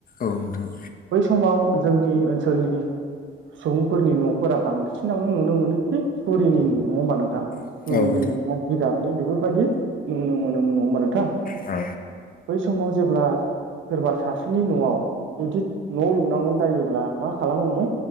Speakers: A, on the left (about 45°); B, on the right (about 80°).
A: औ नोंथां
B: बै समाव जोंनि ओनसोलनि सुबुंफोरनि न'फोरा बांसिनावनो नुनो मोनोखि थुरिनि नङा होमबा नोंथां
A: औ
B: थुरिनि आरो जिराबनि बेफोरबायदि नुनो मोनोमोन नङा होमबा नों
A: औ
B: बे समाव जेब्ला सोरबा सासेनि न'आव जुदि न' लुनांगौ जायोब्ला मा खालामोमोन